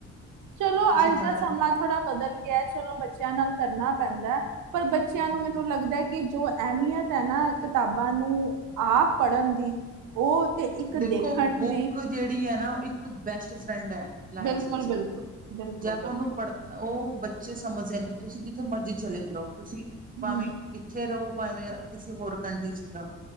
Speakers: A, on the right (about 85°); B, on the right (about 25°).
A: ਚਲੋ
B: ਤੁਸੀਂ
A: ਅੱਜ
B: ਜਾਣਾ
A: ਦਾ ਸਮਾਂ
B: ਹੀ ਨੀ।
A: ਥੋੜ੍ਹਾ ਬਦਲ ਗਿਆ ਚਲੋ ਬੱਚਿਆਂ ਨਾਲ ਕਰਨਾ ਪੈਂਦਾ ਪਰ ਬੱਚਿਆਂ
B: ਹੂੰ।
A: ਨੂੰ ਮੈਨੂੰ ਲੱਗਦਾ ਕਿ ਜੋ ਅਹਿਮੀਅਤ ਹੈ ਨਾ ਕਿਤਾਬਾਂ ਨੂੰ ਆਪ ਪੜ੍ਹਨ ਦੀ ਉਹ ਤੇ ਇੱਕ
B: ਦੇਖੋ
A: ਦੇਖਣ
B: ਬੁੱਕ
A: ਦੀ
B: ਜਿਹੜੀ ਹੈ ਨਾ ਇੱਕ ਬੈਸਟ ਫਰੈਂਡ ਹੈ ਲਾਇਕ
A: ਬਿਲਕੁਲ-ਬਿਲਕੁਲ,
B: ਸੀ ਚਾ
A: ਬਿਲਕੁਲ-ਬਿਲਕੁਲ
B: ਜੇ ਆਪਾਂ ਉਹਨੂੰ ਪੜ੍ਹ ਉਹ ਬੱਚੇ ਸਮਝਦੇ ਨਹੀਂੀ ਤੁਸੀਂ ਜਿੱਥੇ ਮਰਜ਼ੀ ਚਲੇ ਜਾਓ ਤੁਸੀਂ ਭਾਵੇਂ
A: ਹੂੰ
B: ਈਥੇ ਰਹੋ ਭਾਵੇਂ ਕਿਸੇ ਹੋਰ ਕੰਟਰੀ ਚ ਜਾਵ